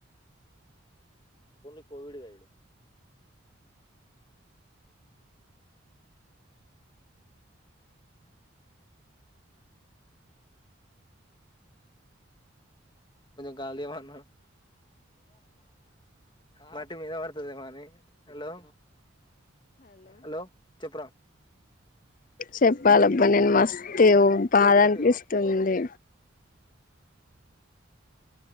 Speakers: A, on the left; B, on the left.
A: కొంచెం కాల్ తీయ్ అన్న. మట్టి మీద పడుతదేమోని హలో. హలో చెప్పురా.
B: చెప్పాలబ్బ నేను మస్తే. ఎవో బాధ
A: ఒక అగ్గిపెట్టిగా
B: అనిపిస్తుంది.